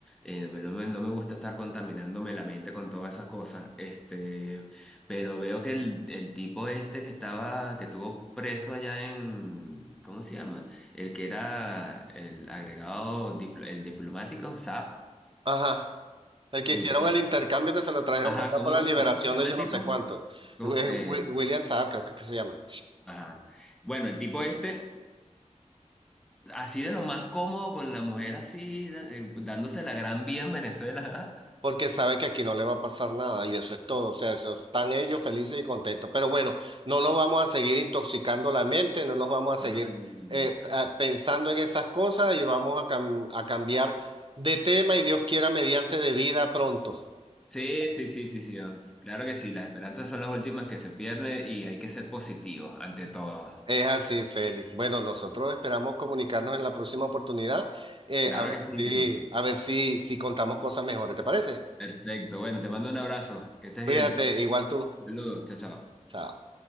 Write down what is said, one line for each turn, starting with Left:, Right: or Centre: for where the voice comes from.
Centre: Eh, no, me, no me no me gusta estar contaminándome la mente con todas esas cosas. Este, pero veo que el, el tipo este que estaba, que estuvo preso allá en, ¿cómo se llama? El que era el agregado, diplo- el diplomático, SAP.
Right: Ajá, el que
Centre: El,
Right: hicieron
Centre: tipo.
Right: el intercambio que se lo trajeron
Centre: ajá,
Right: para acá
Centre: ¿cómo,
Right: por la liberación
Centre: cómo se llama
Right: de yo
Centre: el
Right: no
Centre: tipo?
Right: sé cuánto,
Centre: ¿Cómo?
Right: eh, Wi-
Centre: Eh,
Right: Wi- William Saab creo que, que se llama.
Centre: ajá. Bueno, el tipo este. Así de lo más cómodo con la mujer así, da- eh, dándose la gran vía en Venezuela. <laughs>
Right: porque sabe que aquí no le va a pasar nada y eso es todo, o sea, eso están ellos felices y contentos. Pero bueno, no nos vamos a seguir intoxicando la mente, no nos vamos a seguir
Centre: No, no, no, no, no.
Right: eh, a- pensando en esas cosas y vamos a, cam- a cambiar de tema y Dios quiera mediante de vida pronto.
Centre: Sí, sí, sí, sí, sí. oh, Claro que sí, las esperanzas son las últimas que se pierden y hay que ser positivos ante todo.
Right: Es así, Félix. Bueno, nosotros esperamos comunicarnos en la próxima oportunidad, eh,
Centre: Claro
Right: a ver
Centre: que
Right: si,
Centre: sí, viejo.
Right: a ver si, si contamos cosas mejores, ¿te parece?
Centre: Perfecto. Bueno, te mando un abrazo. Que estés
Right: Cuídate,
Centre: bien.
Right: igual tú.
Centre: Saludos. Chao, chao.
Right: Chao.